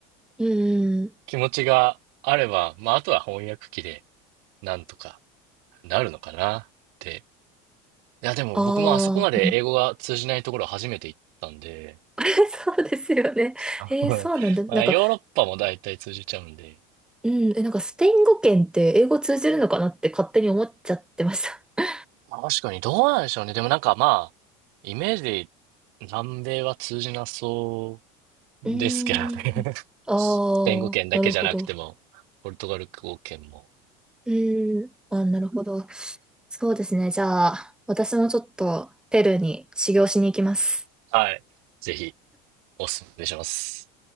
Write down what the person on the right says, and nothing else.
気持ちがあれば、まあ、あとは翻訳機で、なんとかなるのかなっていや、でも僕もあそこまで英語が通じないところ初めて行ったんで、
あの
<laughs>
まあ、ヨーロッパも大体通じちゃうんで、
まあ確かにどうなんでしょうね。でもなんかまあ、イメージで南米は通じなそ
うですけどね。
<laughs>
スペイン語圏だけじゃなくても、
ポルトガル語圏も。
はい。ぜひおすすめします。